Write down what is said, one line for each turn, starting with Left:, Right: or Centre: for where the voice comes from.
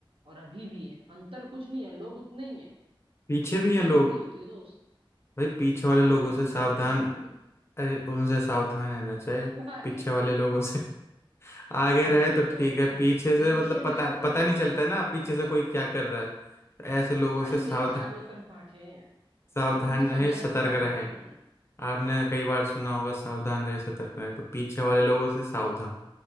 Right: और अभी भी है अंतर कुछ नहीं है लोग उतने ही हैं
Left: पीछे
Right: वो पर्सनैलिटी
Left: भी हैं लोग
Right: होती है दोस्त
Left: भाई पीछे वाले
Right: हाँ
Left: लोगों
Right: आगे
Left: से
Right: पीछे
Left: सावधान
Right: हर जगह भाई
Left: अरे उनसे सावधान रहना चाहिए
Right: <laughs> भाई
Left: पीछे वाले लोगों से <laughs> आगे
Right: पीछे
Left: रहे तो
Right: तो
Left: ठीक है
Right: क-
Left: पीछे से
Right: पीछे
Left: मतलब
Right: मेरे
Left: पता
Right: से
Left: पता
Right: कोई
Left: नहीं
Right: दगा
Left: चलता है
Right: नहीं
Left: ना
Right: कर
Left: पीछे
Right: सकता
Left: से कोई क्या कर रहा है तो ऐसे लोगों
Right: भाई
Left: से सावधान
Right: मेरी चारों तरफ आंखें हैं
Left: सावधान
Right: वो मैं सब
Left: रहें
Right: जगह
Left: सतर्क
Right: से सावधान
Left: रहें
Right: हूँ
Left: आपने कई बार सुना होगा सावधान रहे सतर्क रहे तो पीछे वाले लोगों से सावधान